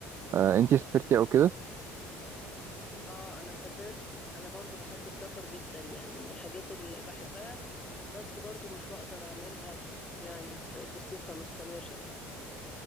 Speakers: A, on the right; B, on the left.
A: آه انتي سافرتي أو كده؟
B: اه انا سافرت انا برضو بحب السفر جدا يعني من الحاجات اللي بحبها بس برضو مش بقدر اعملها يعني ب- بصفة مستمرة يعني